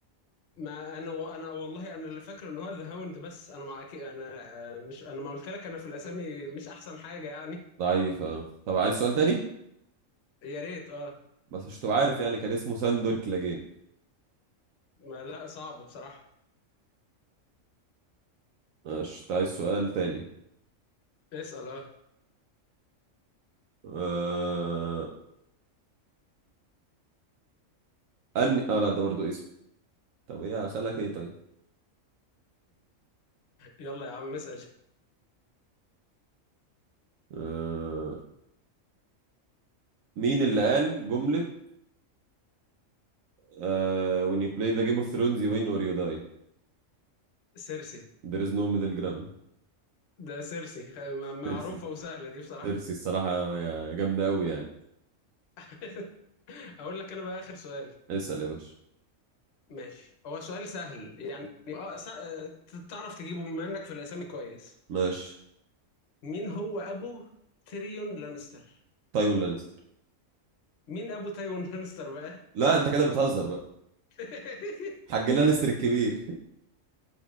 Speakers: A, on the left; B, on the right.
A: ما انا و... انا والله انا اللي فاكر ان هو ذا هاوند بس انا مع اكيد انا آه، مش انا ما قلت لك انا في الاسامي مش احسن حاجه يعني
B: ضعيف آه. طب عايز سؤال تاني
A: يا ريت اه
B: بس عشان تبقى عارف يعني كان اسمه ساندور كليجين
A: ما لا صعب بصراحه
B: ماشي أنت عايز سؤال تاني
A: اسال اه
B: آه... أني... اه لا ده برضو اسم طب ايه اسالك ايه طيب
A: يلا يا عم اسال
B: آه... مين اللي قال جمله Uh, when you play the Game of Thrones, you win or you die.
A: سيرسي
B: There is no middle ground.
A: ده سيرسي خ- م- معروفه
B: تيرسي
A: وسهله دي بصراحه
B: تيرسي الصراحة يا- جامدة أوي يعني
A: <laughs> اقول لك انا بقى اخر سؤال
B: اسأل يا باشا
A: ماشي هو سؤال سهل يعني اه سا... آه، ت- تعرف تجيبه بما انك في الاسامي كويس
B: ماشي
A: مين هو ابو تيريون لانستر
B: تايوين لانستر
A: مين ابو تيريون لانستر بقى
B: لا أنت كده بتهزر بقى
A: <laughs>
B: حاج لانستر الكبير